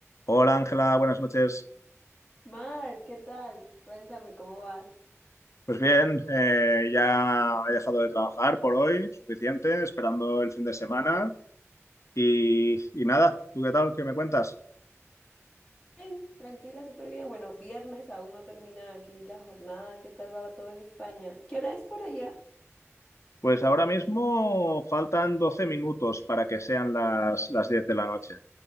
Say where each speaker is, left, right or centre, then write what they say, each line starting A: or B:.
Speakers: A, on the left (about 70°); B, on the left (about 20°).
A: Hola Ángela, buenas noches.
B: Mar, ¿qué tal? Cuéntame, ¿cómo vas?
A: Pues bien, eh, ya he dejado de trabajar por hoy, suficiente, esperando el fin de semana. Y, y nada, ¿tú qué tal? ¿Qué me cuentas?
B: Bien, tranquila, súper bien. Bueno, viernes aún no termina aquí la jornada. ¿Qué tal va todo en España? ¿Qué hora es por allá?
A: Pues ahora mismo faltan doce minutos para que sean las, las 10 de la noche.